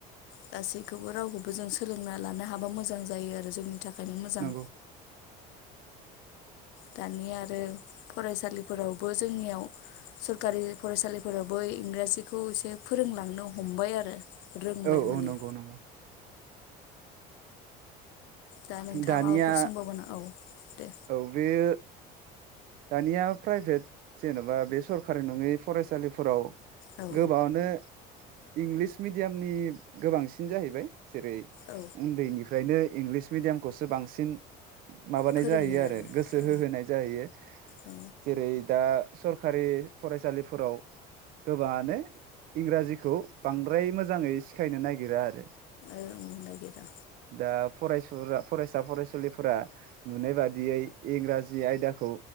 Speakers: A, on the left; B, on the right.
A: गासैखौबो रावखौबो जों सोलोंना लानो हाबा मोजां जायो आरो जोंनि थाखायनो मोजां।
B: नंगौ
A: दानिया आरो फरायसालिफोरावबो जोंनियाव सरखारि फरायसालिफोरावबो इंराजिखौ एसे फोरोंलांनो हमबाय आरो। रोंबाय
B: औ औ
A: माने
B: नंगौ नंगौ।
A: दा नोंथाङा
B: दानिया
A: माबाफोर सोंबावगोना औ। दे
B: औ बेयो दानिया प्राइभेट जेनबा बे सरकारि नङै फरायसालिफोराव
A: औ
B: गोबाङानो इंलिस मिडियामनि गोबांसिन जाहैबाय। जेरै
A: औ
B: उन्दैनिफ्रायनो इंलिस मिडियामखौसो बांसिन माबानाय
A: फोरोङो
B: जाहैयो आरो गोसो
A: औ
B: होहोनाय जाहैयो।
A: औ
B: जेरै दा सरखारि फरायसालिफोराव गोबाङानो इंराजिखौ बांद्राय मोजाङै सिखायनो नागिरा आरो।
A: रोंनो नागिरा
B: दा। फरायसुला फरायसा फरायसुलिफोरा नुनाय बादियै इंराजि आयदाखौ